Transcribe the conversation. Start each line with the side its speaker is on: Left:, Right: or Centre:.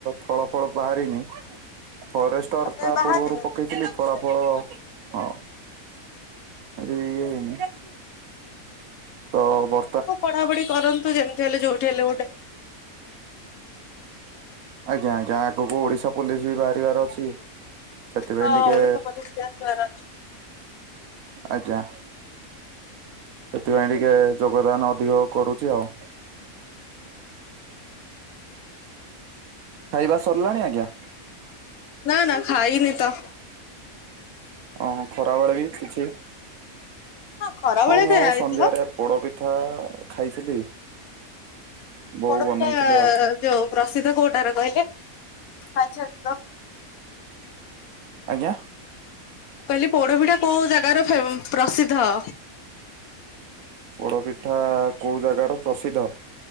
Right: ଫଳ ଫଳ ବାହାରିନି। ଫରେଷ୍ଟର
Left: ତମେ
Right: ତା
Left: ବାହାରିନି?
Right: ପୂର୍ବରୁ ପ ପକେଇଥିଲି ଫଳା ଫଳ ହଁ ଏ ଇଏ ହେଇନି ତ ବ
Left: ହଁ ପଢ଼ାପଢ଼ି କରନ୍ତୁ। ଯେମିତି ହେଲେ ଯୋଉଠି ହେଲେ ଗୋଟେ
Right: ଆଜ୍ଞା ଆଜ୍ଞା, ଆଗକୁ ଓଡିଶା ପୋଲିସ ବି ବାହାରିବାର ଅଛି। ସେଥିପାଇଁ
Left: ହଁ
Right: ଟିକେ,
Left: ଓଡିଶା ପୋଲିସ ଆସିବାର ଅଛି।
Right: ଆଜ୍ଞା ସେଥିପାଇଁ ଟିକେ ଯୋଗଦାନ ଅଧିକ କରୁଛି ଆଉ। ଖାଇବା ସରିଲାଣି, ଆଜ୍ଞା?
Left: ନା ନା ଖାଇନି ତ।
Right: ଓଁ ଖରାବେେଳେ ବି କିଛି?
Left: ଖରା ବେଳେ
Right: ହଁ, ମୁଁ
Left: ଖାଇବା
Right: ଆଉ
Left: ହେଇଥିଲା?
Right: ସନ୍ଧ୍ୟାରେ ପୋଡପିଠା ଖାଇଥିଲି। ବୋଉ
Left: ପୋଡ଼ପିଠା
Right: ବନେଇଥିଲେ ଆଉ।
Left: ଯୋଉ ପ୍ରସିଦ୍ଧ କୋଉଟାର କହିଲେ, ଖାଇଛନ୍ତି ତ?
Right: ଆଜ୍ଞା
Left: କହିଲି ପୋଡପିଠା କୋଉ ଜାଗାର ଫେ ପ୍ରସିଦ୍ଧ?
Right: ପୋଡ ପିଠା କୋଉ ଜାଗାର ପ୍ରସିଦ୍ଧ?